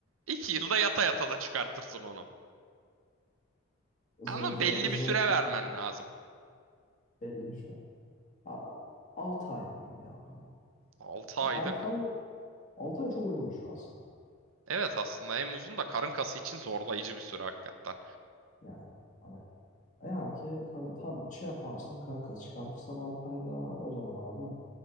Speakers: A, on the right; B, on the left.
A: İki yılda yata yata da çıkartırsın onu.
B: Zayıfla,
A: Ama belli
B: zayıflıktan
A: bir süre vermen lazım.
B: belli bir süre. Abi, 6 ay diyorum ya o zaman.
A: 6
B: 6
A: ayda ka.
B: ay, 6 ay çok uzun bir süre aslında.
A: Evet aslında en uzun da karın kası için zorlayıcı bir süre hakikaten.
B: Yani hani Eğer ki karın, tam şey yaparsan karın kası çıkartırsan 6 ayda o zaman abi